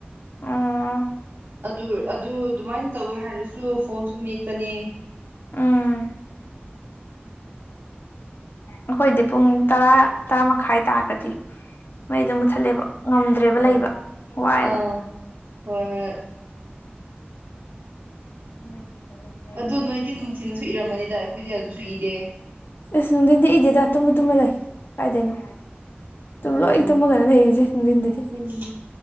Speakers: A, on the left; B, on the right.
A: ꯑ‌ꯣ
B: ꯑꯗꯨ ꯑꯗꯨ ꯑꯗꯨꯃꯥꯏꯅ ꯇꯧꯋꯦ ꯍꯥꯏꯔꯁꯨ ꯐꯣꯟꯁꯨ ꯃꯦꯠꯄꯅꯦ
A: ꯎꯝ ꯑꯩꯈꯣꯏꯗꯤ ꯄꯨꯡ ꯇꯔꯥ ꯇꯔꯥ ꯃꯈꯥꯏ ꯇꯥꯔꯒꯗꯤ ꯃꯩ ꯑꯗꯨꯝ ꯃꯨꯠꯊꯠꯂꯦꯕ ꯉꯝꯗ꯭ꯔꯦꯕ
B: ꯑꯥ
A: ꯂꯩꯕ ꯋꯥꯏꯑꯦꯕ
B: ꯑꯥ ꯍꯣꯏ ꯍꯣꯏ
A: <unintelligible>
B: ꯑꯗꯨ ꯅꯣꯏꯗꯤ ꯅꯨꯡꯊꯤꯅꯁꯨ ꯏꯔꯝꯃꯅꯤꯗ ꯑꯩꯈꯣꯏꯗꯤ ꯑꯗꯨꯁꯨ ꯏꯗꯦ
A: ꯏꯁ ꯅꯨꯡꯊꯤꯟꯗꯤ ꯏꯗꯦꯗ ꯇꯨꯝꯃ ꯇꯨꯝꯃ ꯂꯩ ꯀꯥꯏꯗꯩꯅꯣ ꯇꯨꯝ
B: ꯎꯝ
A: ꯂꯣꯏ ꯇꯨꯝꯃꯒꯅ‌ꯦ ꯂꯩꯔꯤꯖ‌ꯦ ꯅꯨꯡꯗꯤꯟꯗꯗꯤ
B: ꯎꯝ